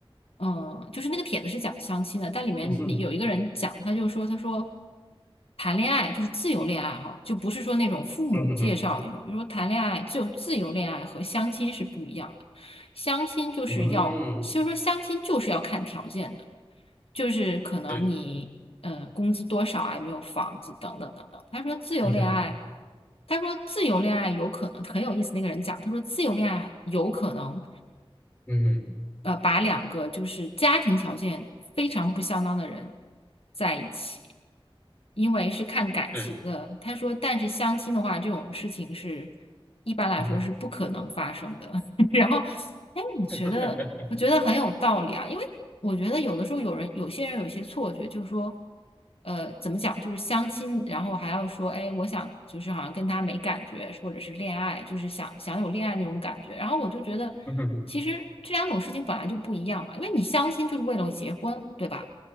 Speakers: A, on the left; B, on the left.
A: 嗯，就是那个帖子是讲相亲的，但里面有一个人讲，
B: 嗯哼，
A: 他就说，他说谈恋爱就是自由恋爱哈，就不是说那种父母介绍那种，
B: 嗯哼哼，
A: 就说谈恋爱就自由恋爱和相亲是不一样的，相亲就是要，
B: 嗯，
A: 其实说相亲就是要看条件的。就是可能你呃工资多少啊，
B: 对，
A: 有没有房子等等等等。他说自由恋爱，
B: 嗯哼，
A: 他说自由恋爱有可能很有意思。那个人讲，他说自由恋爱有可能
B: 嗯哼，
A: 呃把两个就是家庭条件非常不相当的人在一起，因为是看感情的。
B: 对，
A: 他说，但是相亲的话，这种事情是一般来说是不可能发生的。
B: 嗯哼，
A: <laughs> 然后，哎，我觉得。
B: <laughs>
A: 我觉得很有道理啊，因为我觉得有的时候有人有些人有一些错觉，就是说，呃，怎么讲，就是相亲，然后还要说，哎，我想就是好像跟他没感觉，或者是恋爱，就是想想有恋爱那种感觉。然后我就觉得，
B: 嗯哼，
A: 其实这两种事情本来就不一样嘛，因为你相亲就是为了结婚，对吧？